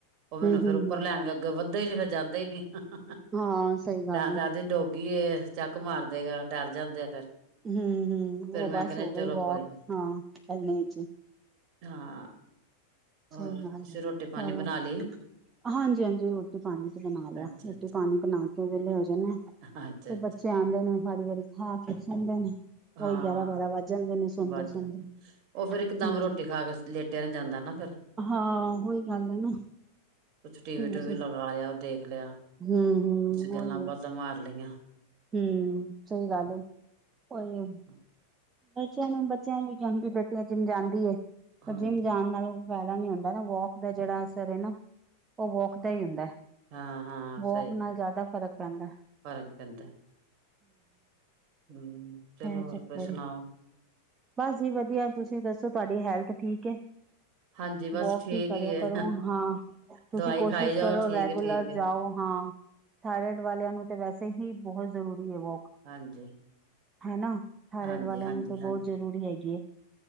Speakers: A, on the right (about 40°); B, on the right (about 20°).
A: ਓ ਮੈਨੂੰ
B: ਹਮ
A: ਫੇਰ
B: ਹਮ
A: ਉੱਪਰ
B: ਹਮ
A: ਲੈਣ, ਅੱਗੇ ਵੱਦੇ ਈ ਨੀ ਫੇਰ ਜਾਂਦੇ ਈ ਨੀ। <unintelligible>
B: ਹਾਂ ਸਹੀ ਗੱਲ ਏ
A: ਦਾਦੀ ਡੋਗੀ ਏ, ਚੱਕ ਮਾਰਦੇ ਗਾ ਡਾਰ ਜਾਂਦੇ ਆ ਫਿਰ।
B: ਹੂੰ, ਹੂੰ
A: ਫੇਰ
B: ਓ
A: ਮੈਂ
B: ਬਾੱਸ
A: ਕਹਿੰਦੇ
B: ਹੋ ਗਈ
A: ਚਲੋ
B: ਵੋਕ
A: ਕੋਈ ਨੀ
B: ਹਾਂ, ਐਨੈ ਚ ਈ।
A: ਹਾਂ। ਹੋਰ
B: ਸਈ ਗਾੱਲ
A: ਤੁਸੀਂ
B: ਏ,
A: ਰੋਟੀ ਪਾਣੀ
B: ਚਲੋ।
A: ਬਣਾ ਲਈ
B: ਹਾਂਜੀ-ਹਾਂਜੀ, ਰੋਟੀ-ਪਾਨੀ ਤੇ ਬਨਾ ਲੇਆ,
A: ਅੱਛਾ
B: ਰੋਟੀ-ਪਾਨੀ ਬਨਾ ਕੇ ਵੈਲੇ ਹੋ ਜਾਨੇ ਆਂ।
A: ਅੱਛਾ ਅੱਛਾ
B: ਤੇ ਬੱਚੇ ਆਂਦੇ ਨੇ ਵਾਰੀ-ਵਾਰੀ ਖਾ ਕੇ ਸੋਂਦੇ ਨੇ।
A: ਹਾਂ,
B: ਉਹੀ ਗਿਆਰਾਂ ਬਾਰਾਂ ਵੱਜ ਜਾਂਦੇ ਨੇ ਸੌਦੇ-ਸੌਦੇ
A: ਵਾੱਦ ਓ ਫੇਰ ਇੱਕ ਦਮ
B: ਹਾਂਜੀ
A: ਰੋਟੀ ਖਾ ਕੇ ਲੇਟੇਆ ਨੀ ਜਾਂਦਾ ਨਾ ਫੇਰ।
B: ਹਾਂ, ਓਈ ਗਾੱਲ ਏ ਨਾ।
A: ਕੁੱਛ ਟੀਵੀ-ਟੂਵੀ
B: ਵੈਸੇ
A: ਲਗਾਏਆ, ਦੇਖ ਲੇਆ, ਕੁੱਛ
B: ਹੂੰ-ਹੂੰ
A: ਗੱਲਾਂ
B: ਉਹੀ ਹੈ
A: ਬਾਤਾਂ ਮਾਰ ਲਈਆਂ।
B: ਹੂੰ, ਸਈ ਗਾੱਲ ਏ, ਓਈ
A: ਹ
B: ਬੱਚੇਆਂ ਨੂੰ, ਬੱਚੇਆਂ ਨੂੰ ਵੀ ਜਾਂਦੀ, ਬੇਟੀਆਂ ਜਿੰਮ ਜਾਂਦੀ ਏ, ਪਰ
A: ਹਾਂਜੀ
B: ਜਿੰਮ ਜਾਨ ਨਾਲੋਂ ਫੈਦਾ ਨੀ ਹੁੰਦਾ ਨਾ, ਵੋਕ ਦਾ ਜੇੜਾ ਅਸਰ ਏ ਨਾ, ਓ ਵੋਕ ਦਾ ਈ ਹੁੰਦੈ।
A: ਹਾਂ ਹਾਂ
B: ਵੋਕ
A: ਸਹੀ
B: ਨਾਲ ਜਾਦਾ ਫ਼ਰਕ ਪੈਂਦੈ।
A: ਫ਼ਰਕ ਪੈਂਦਾ ਹੂੰ ਚਲੋ
B: ਇਹ
A: ਹੋਰ
B: ਚੱਕਰ
A: ਕੋ ਸੁਣਾਓ।
B: ਹੈ ਬਸ ਜੀ ਵਧੀਆ ਤੁਸੀਂ ਦੱਸੋ ਤੁਆਡੀ ਹੈਲਥ ਠੀਕ ਏ।
A: ਹਾਂਜੀ ਬਸ
B: ਵੋਕ
A: ਠੀਕ
B: ਵੀ ਕਰਿਆ
A: ਹੀ ਹੈ
B: ਕਰੋ ਹਾਂ। ਤੁਸੀਂ
A: ਦਵਾਈ
B: ਕੋਸ਼ਿਸ਼
A: ਖਾਈ ਜਾਓ
B: ਕਰੋ
A: ਠੀਕ
B: ਰੈਗੂਲਰ
A: ਹੈ ਠੀਕ ਹੈ
B: ਜਾਓ ਹਾਂ। ਥਾਇਰੇਡ ਵਾਲਿਆਂ ਨੂੰ ਤੇ ਵੈਸੇ ਹੀ ਬੋਤ ਜ਼ਰੂਰੀ ਏ ਵੋਕ।
A: ਹਾਂਜੀ
B: ਹੈਨਾ। ਥਾਇਰਡ
A: ਹਾਂਜੀ
B: ਵਾਲਿਆਂ
A: ਹਾਂਜੀ
B: ਨੂੰ ਤੇ ਬੋਤ
A: ਹਾਂਜੀ
B: ਜ਼ਰੂਰੀ ਹੈਗੀ ਐਂ।